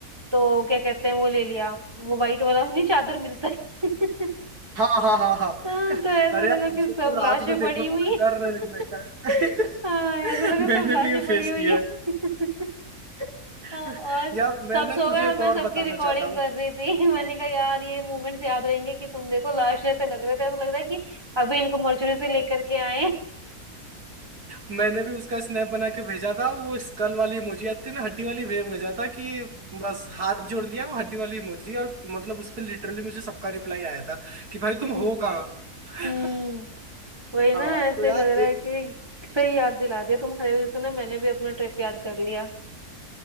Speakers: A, on the right; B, on the right.
A: तो क्या कहते हैं वो ले लिया वो वाइट वाला नहीं चादर मिलता है <laughs>
B: हाँ हाँ हाँ हाँ
A: हाँ
B: <laughs>
A: तो ऐसा
B: अरे
A: लगा
B: यार उसे
A: कि सब
B: तो
A: लाशें
B: रात में देखो
A: पड़ी
B: ना
A: हुई
B: तो
A: हैं।
B: डर लगने का
A: <laughs>
B: है।
A: हाँ ऐसा लगा
B: <laughs> मैंने
A: सब लाशें
B: भी ये
A: पड़ी
B: फेस
A: हुई
B: किया
A: हैं
B: है
A: <laughs> हाँ और
B: <laughs> यार मैं
A: सब
B: ना
A: सो
B: तुझे
A: गए और
B: एक
A: मैं
B: और
A: सबकी
B: बताना
A: रिकॉर्डिंग
B: चाहता हूँ
A: कर रही थी <laughs> मैंने कहा यार ये मूवमेंट्स याद रहेंगे कि तुम देखो लाशें से लग रहे थे ऐसा लग रहा है कि अभी इनको मर्चुरी से लेकर के आए हैं।
B: मैंने भी उसका स्नैप बना के भेजा था वो स्कल वाली इमोजी आती है ना हड्डी वाली भेज भेजा था कि बस हाथ जोड़ लिया वो हड्डी वाली इमोजी और मतलब उस पर लिटरली मुझे सबका रिप्लाई आया था कि भाई
A: <laughs>
B: तुम हो कहाँ <laughs>
A: हम्म वही ना
B: हाँ
A: ऐसे
B: तो यार
A: ही लग रहा है कि सही याद दिला दिया तुम्हारी वजह से ना मैंने भी अपना ट्रिप याद कर लिया